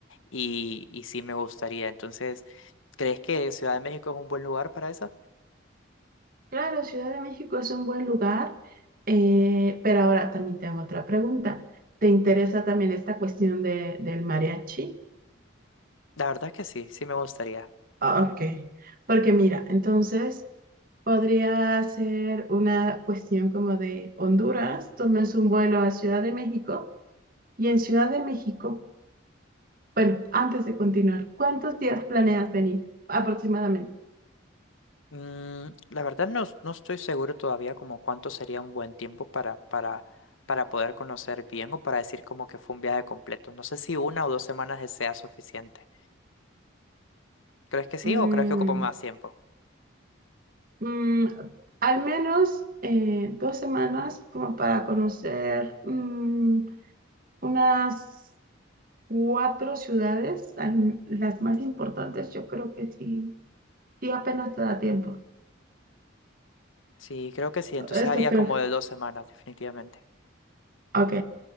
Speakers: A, on the left (about 85°); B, on the right (about 45°).
A: y, y sí me gustaría. Entonces, ¿crees que Ciudad de México es un buen lugar para eso?
B: Claro, Ciudad de México es un buen lugar, eh, pero ahora también tengo otra pregunta. ¿Te interesa también esta cuestión de, del mariachi?
A: La verdad que sí, sí me gustaría.
B: Ah, Ok, porque mira, entonces podría ser una cuestión como de Honduras, tomes un vuelo a Ciudad de México y en Ciudad de México Bueno, antes de continuar, ¿cuántos días planeas venir aproximadamente?
A: Mm, la verdad no, no estoy seguro todavía como cuánto sería un buen tiempo para, para, para poder conocer bien o para decir como que fue un viaje completo. No sé si una o dos semanas es- sea suficiente. ¿Crees que sí
B: Mm,
A: o crees que ocupa más tiempo?
B: mm, al menos eh, dos semanas como para conocer mm, unas cuatro ciudades, al- las más importantes, yo creo que sí, sí apenas te da tiempo.
A: Sí, creo que sí. Entonces
B: Esto
A: haría
B: creo
A: como
B: que...
A: de dos semanas, definitivamente.
B: Ok,